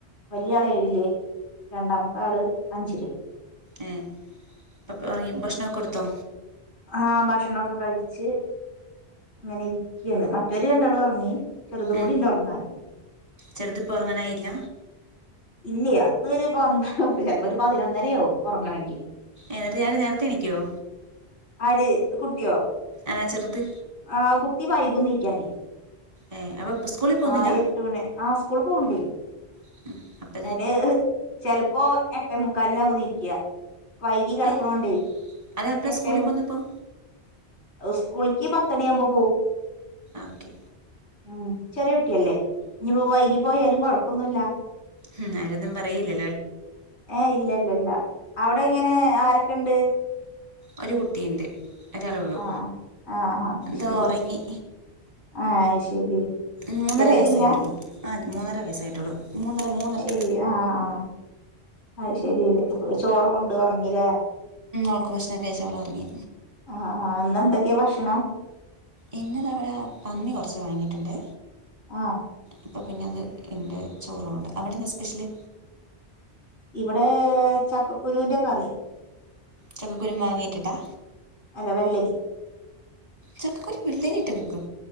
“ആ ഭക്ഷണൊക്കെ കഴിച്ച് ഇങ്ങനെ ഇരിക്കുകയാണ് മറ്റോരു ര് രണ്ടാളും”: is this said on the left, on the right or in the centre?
Left